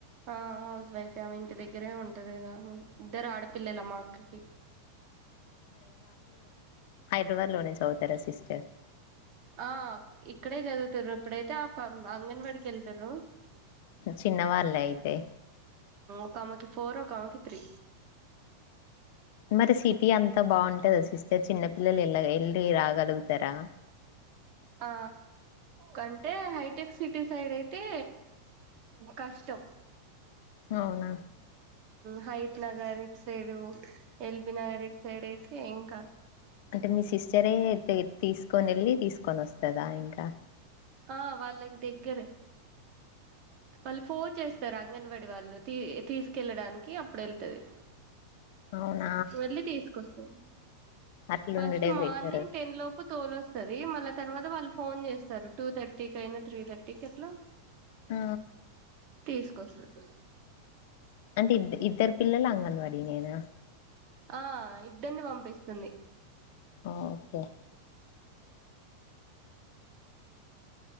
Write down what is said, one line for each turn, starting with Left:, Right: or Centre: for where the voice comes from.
Right: ఆ హౌస్ వైఫ్ ఏమ ఇంటి దగ్గరే ఉంటది ఇద్దరు ఆడపిల్లలమ్మా అక్కకి
Left: పవ లోనే చ తరా సిస్టర్
Right: ఆ ఇక్కడే చదువుతారు ఇప్పుడైతే ఆ అంగన్వాడికి వెళ్తారు
Left: చిన్న వాళ్ళే అయితే
Right: ఒకమెకి ఫోర్ ఒకకి త్రీ
Left: మరి సిటీ అంతా బాగుంటది సిస్టర్ చిన్న పిల్లలు ఎల్ళ ీ రాగలుగుతారా
Right: ఆ కంటే హైటెక్ సిటీ సైడ్ అయితే కష్టం
Left: అవునా
Right: హైత్ నగర్ ఇటు సైడు ఎల్బి నగర్ ఇటు సైడ్ అయితే ఇంకా
Left: అంటే మీ సిస్టరే తీసుకొని వెళ్ళి తీసుకొని వస్తందా ఇంకా
Right: ఆ వాళ్ళకి దగ్గరే వాళ్ళు ఫోన్ చేస్తారు అంగన్వాడిీ వాళ్ళు తీసుకెళ్ళడానికి అప్పుడు వెళ్తుది
Left: అవును
Right: వెళ్ళి తీసుకొస్తంది
Left: అట్లుండుడే
Right: ఫస్ట్ మార్నింగ్
Left: బెటర్
Right: టెన్ లోపు తోలు వస్తది మళ్ళా తర్వాత వాళ్ళు ఫోన్ చే స్తారు టూ థర్టీ క అయినా త్రీ థర్టీకి ఎట్లా
Left: ఆ
Right: తీసుకొస్తది
Left: అంటే ఇద్ద ఇద్దరు పిల్లలు అంగనవాడి నేన
Right: ఆ ఇద్దరిని పంపిస్తుంది
Left: ఆ ఓకే